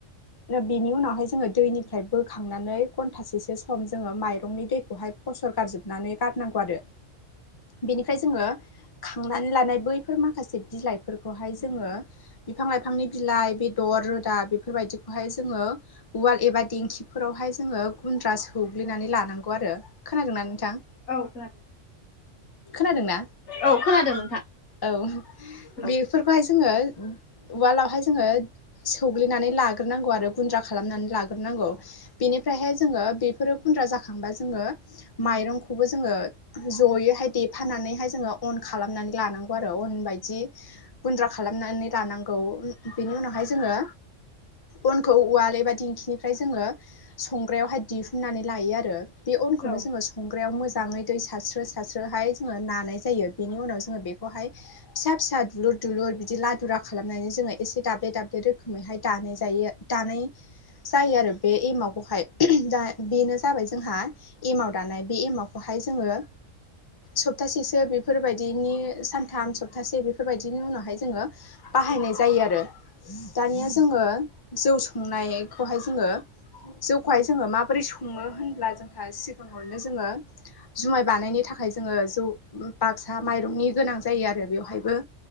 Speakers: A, on the left; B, on the left.
A: बेनि उनावहाय जोंङो दैनिफ्राय बोखांनानै घन्टासेसो सम जोंङो माइरंनि दैखौहाय फसर गारजोबनानै गारनांगौ आरो। बेनिफ्राय जोङो खांनानै लानाय बैफोर माखासे बिलाइफोरखौहाय जोङो बिफां बिफां लाइफांनि बिलाइ बेदर रोदा बेफोरबायदिखौहाय जोङो उवाल एबा देंखि फोरावहाय जोङो गुन्द्रा सौग्लिनानै लानांगौ आरो खोनादोंना नोंथां?
B: औ खोनादों।
A: खोनादोंना
B: औ खोनादों नोंथां
A: औ
B: औ
A: बेफोरखौहाय जोङो उवालावहाय जोङो सौग्लिनानै लाग्रोनांगौ आरो गुन्द्रा खालामनानै लाग्रोनां <unintelligible> बेनिफ्राय हाय जोङो गुनद्रा जाखांबा जोङो माइरंखौबो जोङो जयै देफाना नानैहाय जोङो अन खालामनानै लानांगौ आरो अन बायदि गुन्द्रा खालामनानै लानांगौ। बेनि उनावहाय जोङो अनखौ उवाल एबा दिंखिनिफ्राय जोङो सं ग्रायावहाय दिहुननानै लायो आरो बे अनखौ
B: औ
A: जो संग्रायाव मोजां जाङै दै सारस्रो सारस्रोहाय जोङो नानाय जायो बेनि उनाव जोङो बेखौहाय फिसा फिसा दुलुर दुलुर बिदि लादुरा खालामनानै जोङो एसे दाब्ले दाब्ले रोखोमैहाय दानाय जायो दानाय जायो आरो बे एमावखौहाय दा बेनो जाबाय जोंहा एमाव दानाय बे एमावखौहाय जोङो सप्तासेसो बेफोरबायदिनि सानथाम सप्तासे बेफोरबायदिनि उनावहाय जोङो बाहायनाय जायो आरो दानिया जोङो जौ संनायखौहाय जोङो जौखौहाय जोङो माबोरै सङो होनब्ला जोंहा सिगाङावनो जोङो जुमाय बानायनो थाखाय जोङो जौ बाक्सा माइरंनि गोनां जायो आ रो बेवहायबो